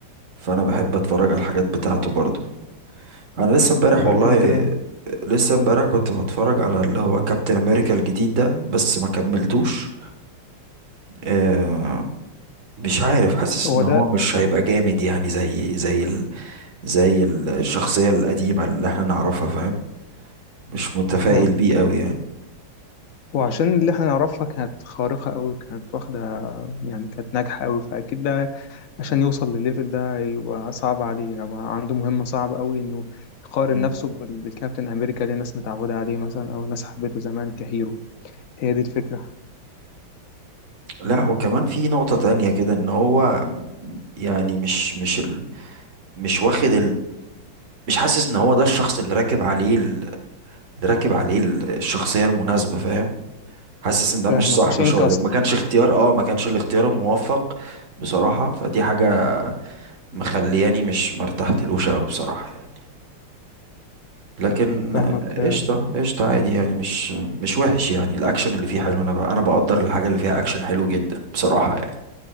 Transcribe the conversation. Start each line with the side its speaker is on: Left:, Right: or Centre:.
Right: فأنا بحب أتفرج على الحاجات بتاعته برضو أنا لسه امبارح
Left: لا
Right: والله
Left: كده كده
Right: لسه امبارح كنت بتفرج على اللي هو كابتن أمريكا الجديد ده بس ما كملتوش آه، مش عارف حاسس
Left: هو
Right: إن
Left: ده
Right: هو مش
Left: آه،
Right: هيبقى جامد يعني زي زي ال زي ال- الشخصية القديمة اللي احنا نعرفها فاهم مش متفائل
Left: فاهمك
Right: بيه أوي يعني
Left: وعشان اللي احنا نعرفها كانت خارقة أوي كانت واخدة يعني كانت ناجحة أوي فأكيد ده عشان يوصل للليفل ده يبقى صعب عليه يبقى عنده مهمة صعبة أوي إنه يقارن
Right: مم.
Left: نفسه بال- بالكابتن أمريكا اللي الناس متعودة عليه مثلا أو الناس حبته زمان كهيرو هي دي الفكرة
Right: لا وكمان في نقطة تانية كده إن هو يعني مش مش ال مش واخد مش حاسس ان هو ده الشخص اللي راكب عليه ال- اللي راكب عليه ال- الشخصية المناسبة فاهم حاسس ان ده
Left: فاهمك
Right: مش صح
Left: مش
Right: مش
Left: إنكاست
Right: هو ده ما كانش اختيار اه ما كانش الاختيار الموفق بصراحة فدي حاجة مخلياني مش مرتحتلوش قوي بصراحة يعني لكن
Left: فاهمك
Right: آه،
Left: آه،
Right: قشطة قشطة عادي يعني مش مش وحش يعني الاكشن اللي فيه حلو انا ب- انا بقدر الحاجة اللي فيها اكشن حلو جدا بصراحة يعني